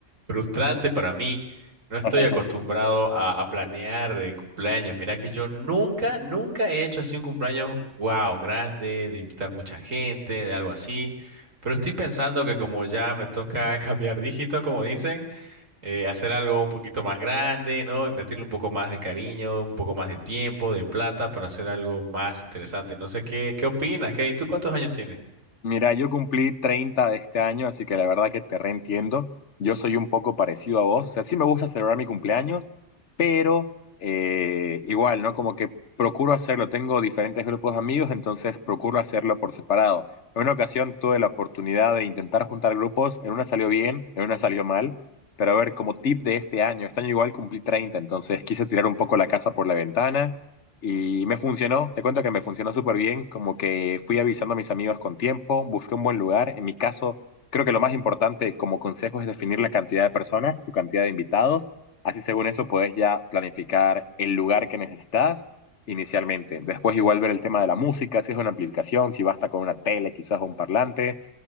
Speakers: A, on the right; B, on the left.
A: frustrante para mí. No estoy
B: <laughs>
A: acostumbrado a, a planear de cumpleaños. Mira que yo nunca, nunca he hecho así un cumpleaños, wow, grande, de invitar mucha gente, de algo así. Pero estoy pensando que como ya me toca <laughs> cambiar dígito, como dicen, eh, hacer algo un poquito más grande, ¿no? Y meterle un poco más de cariño, un poco más de tiempo, de plata para hacer algo más interesante. No sé qué, qué opinas, Kevin. ¿Tú cuántos años tienes?
B: Mira, yo cumplí 30 de este año, así que la verdad que te reentiendo. Yo soy un poco parecido a vos, o sea, sí me gusta celebrar mi cumpleaños, pero eh, igual, ¿no? Como que procuro hacerlo, tengo diferentes grupos de amigos, entonces procuro hacerlo por separado. En una ocasión tuve la oportunidad de intentar juntar grupos, en una salió bien, en una salió mal, pero a ver, como tip de este año, este año igual cumplí 30, entonces quise tirar un poco la casa por la ventana y me funcionó, te cuento que me funcionó súper bien, como que fui avisando a mis amigos con tiempo, busqué un buen lugar. En mi caso, creo que lo más importante como consejo es definir la cantidad de personas, tu cantidad de invitados. Así según eso podés ya planificar el lugar que necesitas inicialmente. Después igual ver el tema de la música, si es una aplicación, si basta con una tele quizás o un parlante.